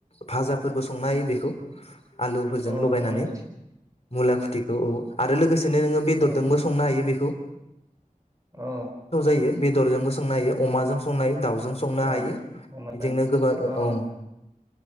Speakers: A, on the left (about 50°); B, on the right (about 25°).
A: भाजाफोरबो संनो हायो बेखौ। आलुफोरजों
B: अ
A: लगायनानै
B: मुला अ
A: मुला खुथिखौ औ आरो लोगोसेनो नोङो बेदरदोंबो
B: औ औ
A: संनो हायो बेखौ।
B: अ
A: हायो बेरजोंबो संनो हायो अमाजों संनो हायो दाउ जों संनो
B: अ
A: हायो
B: अनलाजों
A: बिदिनो गोबां
B: अ
A: अं